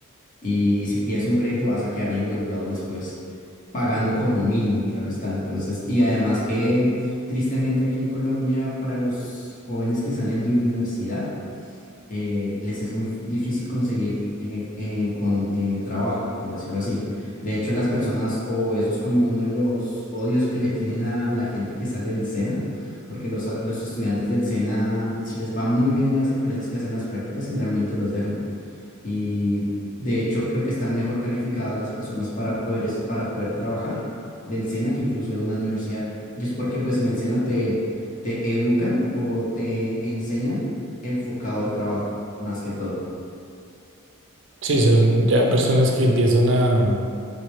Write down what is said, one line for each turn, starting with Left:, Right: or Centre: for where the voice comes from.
Left: Y si pides un crédito vas a quedar endeudado después, pagando con un mínimo, claro está. Entonces, y además que tristemente aquí en Colombia, para los jóvenes que salen de universidad, eh, les es muy f- difícil conseguir eh, eh, con, eh, trabajo, por decirlo así. De hecho, las personas, o eso es como uno de los odios que le tienen a la gente que sale del SENA, porque los, a- los estudiantes del SENA, si les va muy bien en las empresas que hacen las prácticas, generalmente los dejan y de hecho creo que están mejor calificadas las personas para poder, es- para poder trabajar del SENA que incluso de una universidad. Y es porque pues en el SENA te, te educan o te enseñan enfocado al trabajo, más que todo.
Right: Sí, son ya personas que empiezan a,